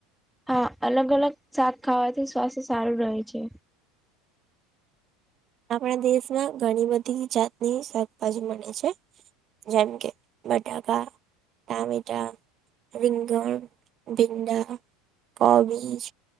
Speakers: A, in the centre; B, on the right.
A: હા અલગ અલગ શાક ખાવાથી સ્વાસ્થ્ય સારું રહે છે.
B: આપણા દેશમાં ઘણી બધી જાતની શાકભાજી મળે છે. જેમ કે બટાકા, ટામેટા. રીંગણ, ભીંડા, કોબીજ.